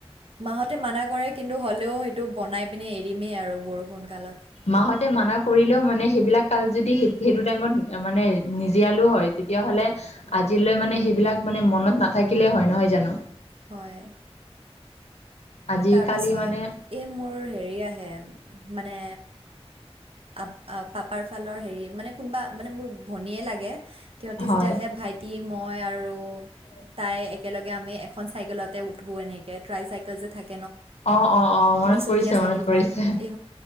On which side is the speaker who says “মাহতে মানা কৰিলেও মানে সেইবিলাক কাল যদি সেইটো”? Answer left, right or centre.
Left